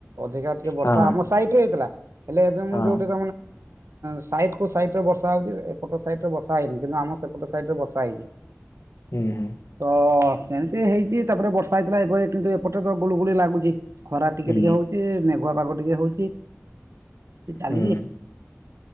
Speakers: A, on the right; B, on the left.
A: ଅଧିକା ଟିକେ ବର୍ଷା
B: ହଁ
A: ଆମ ସାଇଟରେ ହେଇଥିଲା ହେଲେ ଏବେ
B: ହଁ
A: ମୁଁ ଯୋଉଠି ସାଇଟ୍ କୁ ସାଇଟି ବର୍ଷା ହଉଛି ଏପଟ ସାଇଡ ରେ ବର୍ଷା ହେଇନି କିନ୍ତୁ ଆମ ସେପଟ ସାଇଡି ବର୍ଷା ହେଇ
B: ହୁଁ ହୁଁ
A: ତ ସେମିତି ହେଇଛି ତାପରେ ବର୍ଷା ହେଇଥିଲା ଏ କିନ୍ତୁ ଏପଟେ ତ ଗୁଳୁ ଗୁଳି ଲାଗୁଛି। ଖରା ଟିକେ
B: ହୁଁ
A: ଟିକେ ହଉଛି ମେଘୁଆ ପାଗ ଟିକେ ହଉଛି ଚାଲିଛି।
B: ହୁଁ